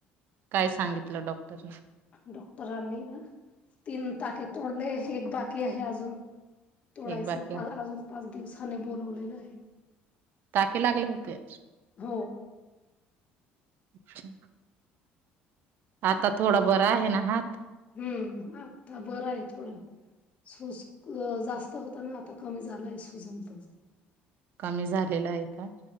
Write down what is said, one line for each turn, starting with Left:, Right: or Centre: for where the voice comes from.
Right: काय सांगितलं डॉक्टरनी?
Left: डॉक्टरांनी ना तीन टाके तोडले एक बाकी आहे आजून. तोडायस
Right: एक बाकी
Left: पा
Right: आहे
Left: आजून पाच दिवसाने बोलवलेलं आहे.
Right: टाके लागले होते?
Left: हो.
Right: अच्छा. आता थोडा बर आहे ना हात?
Left: हम्म आता बरं आहे थोडा हात. सूज जास्त होता ना आता कमी झालाय सुजन पण
Right: कमी झालेलंय काय?